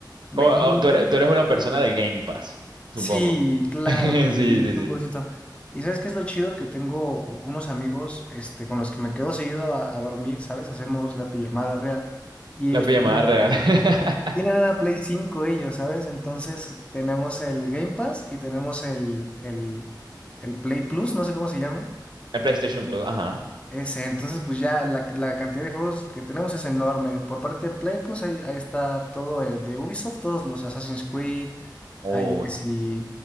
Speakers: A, on the left; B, on the right.
A: 20
B: Como- oh,
A: minutos.
B: tú eres, tú eres una persona de Game Pass, supongo.
A: Sí, claro
B: <laughs>
A: que
B: Sí,
A: sí,
B: sí,
A: cien
B: sí.
A: por ciento ¿Y sabes qué es lo chido? Que tengo unos amigos este, con los que me quedo seguido a, a dormir, ¿sabes? Hacemos la pijamada real. Y
B: La
A: ellos
B: pijamada
A: tienen,
B: real. <laughs>
A: tienen una Play 5 ellos, ¿sabes? Entonces tenemos el Game Pass y tenemos el, el, el Play Plus, no sé cómo se llame.
B: El PlayStation Plus, ajá.
A: Ese, entonces pues ya la, la cantidad de juegos que tenemos es enorme. Por parte de Play, pues ahí, ahí está todo el de Ubisoft, todos los Assassin's Creed,
B: Uy.
A: ahí que sí,